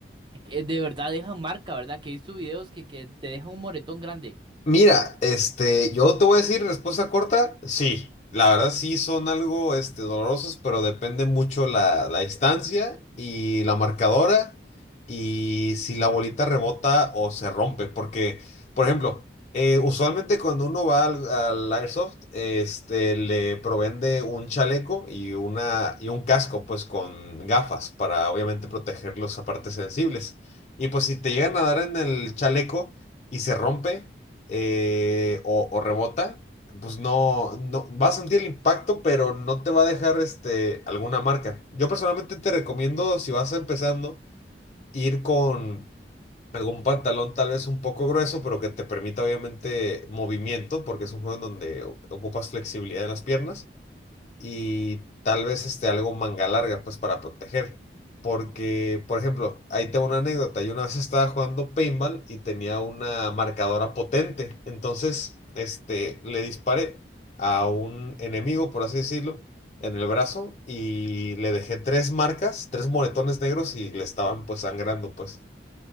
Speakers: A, on the right; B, on the left.
A: que De verdad dejan marca, ¿verdad? Que he visto videos que, que te dejan un moretón grande.
B: Mira, este, yo te voy a decir respuesta corta, sí, la verdad sí son algo, este, dolorosos, pero depende mucho la, la distancia y la marcadora y si la bolita rebota o se rompe, porque, por ejemplo, eh, usualmente cuando uno va al, al Airsoft, este, le proveen de un chaleco y una, y un casco, pues, con gafas para, obviamente, proteger las partes sensibles. Y pues si te llegan a dar en el chaleco y se rompe eh, o, o rebota, pues no, no, vas a sentir el impacto, pero no te va a dejar este, alguna marca. Yo personalmente te recomiendo, si vas empezando, ir con algún pantalón tal vez un poco grueso, pero que te permita obviamente movimiento, porque es un juego en donde o- ocupas flexibilidad en las piernas y tal vez este, algo manga larga, pues para proteger. Porque, por ejemplo, ahí tengo una anécdota. Yo una vez estaba jugando paintball y tenía una marcadora potente. Entonces, este, le disparé a un enemigo, por así decirlo, en el brazo y le dejé tres marcas, tres moretones negros y le estaban pues sangrando, pues.